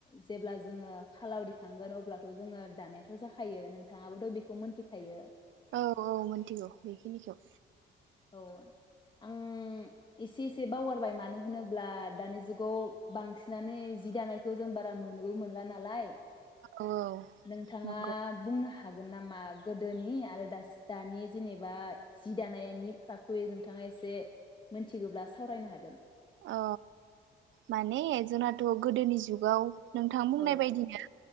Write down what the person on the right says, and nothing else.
औ औ मोनथिगौ बेखिनिखौ।
औ
नंगौ
अ माने जोंनाथ गोदोनि जुगाव नोंथां बुंनाय
बायदिनो